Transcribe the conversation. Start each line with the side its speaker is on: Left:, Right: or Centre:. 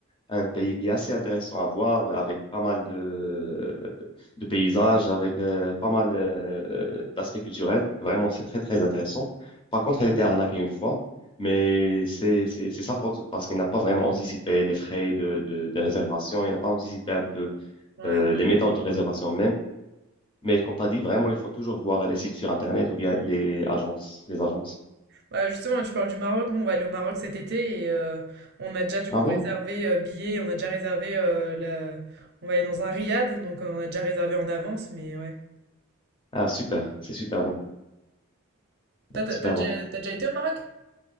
Left: un pays qui est assez intéressant à voir, avec pas mal de, de paysages, avec euh, pas mal euh, d'aspects culturels. Vraiment, c'est très, très intéressant. Par contre, elle était arnaquée une fois, mais c'est c'est- c'est sa faute parce qu'elle n'a pas vraiment anticipé les frais de, de, de réservation, elle n'a pas anticipé un peu
Right: Ouais.
Left: euh, les méthodes de réservation même. Mais comme tu as dit, vraiment, il faut toujours voir les sites sur Internet ou bien les agences, les agences.
Right: Bah justement, tu parles du Maroc. Nous, on va aller au Maroc cet été et euh, on a déjà du
Left: Ah
Right: coup
Left: bon?
Right: réservé euh, billets, on a déjà réservé euh, la... On va aller dans un riad, donc euh, on a déjà réservé en avance, mais ouais.
Left: Ah, super, c'est super bon,
Right: T'as t'as-
Left: super
Right: t'as déjà,
Left: bon.
Right: t'as déjà été au Maroc?